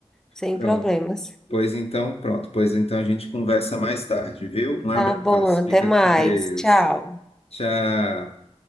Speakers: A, in the centre; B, on the left (about 65°).
A: sem
B: Pronto.
A: problemas.
B: Pois então, pronto. Pois então a gente conversa mais tarde, viu? Um abraço.
A: Tá bom, até
B: Fica
A: mais.
B: com Deus.
A: Tchau.
B: Tchau.